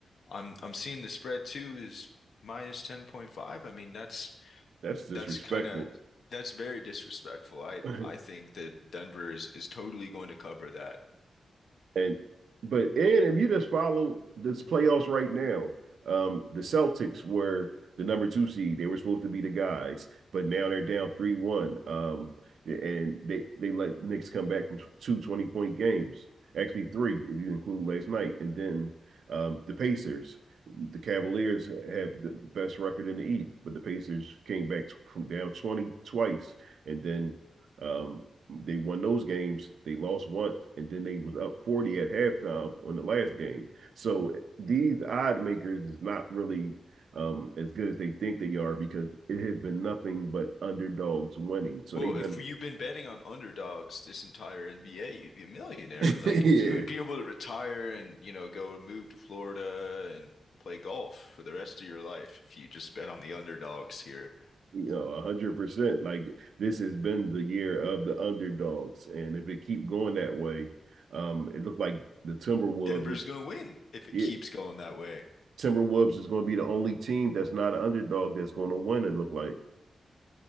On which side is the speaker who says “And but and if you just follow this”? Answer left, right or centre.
Right